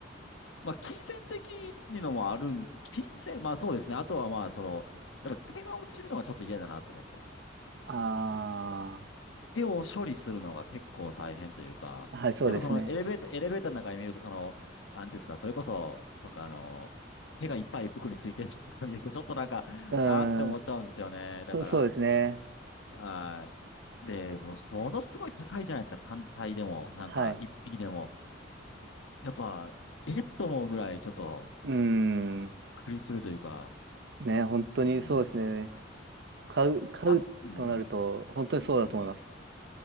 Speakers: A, on the left; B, on the right.
A: まあ、金銭的にのもあるん、金銭、まあそうですね。あとはまあ、その、やっぱ毛が落ちるのがちょっと嫌だなと思って。
B: あ
A: 手を処理するのが結構大変というか、
B: あー、はい、そうですね。
A: やっぱそのエレベーター、エレベーターの中に見ると、その、なんていうんですか、それこそ、なんかあの、手がいっぱい服についてる人が見ると、ちょっとなんか、
B: うーん、
A: あーって思っちゃうんですよね。
B: そ、
A: だか
B: そうですね。
A: ら、はい。で、もうものすごい高いじゃないですか、単体でも、なんか、
B: はい。
A: 一匹でも。やっぱ、えっと思うぐらい、ちょっと、
B: うーん、
A: 苦りするというか、
B: ね、本当にそうですね。
A: うん、
B: 買う、買うとなると、
A: あ、うん、
B: 本当にそうだと思います。
A: うん。